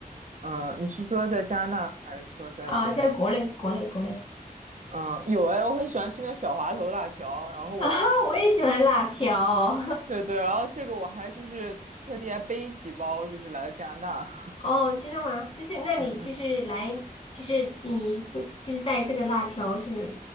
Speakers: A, on the right; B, on the left.
A: 嗯、你是说在加拿大还是说在国内？
B: 啊，在国内，国内，国内。
A: 嗯，有哎，我很喜欢吃那个小滑头辣条，然后我，
B: <laughs> 啊，我也喜欢辣条
A: 对对，然后这个我还就是特地还背几包，就是来了加拿大，
B: 哦。<laughs> 知道吗？就是那你就是来就是你就是带这个辣条是
A: <laughs> 嗯嗯。